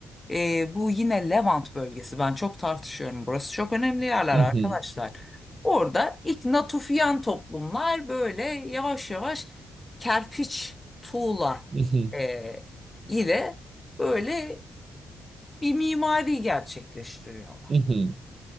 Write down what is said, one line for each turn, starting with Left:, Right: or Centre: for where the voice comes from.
Left: Ee, bu yine Levant bölgesi. Ben çok tartışıyorum. Burası çok önemli yerler
Right: Mhm,
Left: arkadaşlar. Orada ilk Natufian toplumlar böyle yavaş yavaş kerpiç, tuğla
Right: mhm,
Left: e, ile böyle bir mimari gerçekleştiriyorlar.
Right: mhm,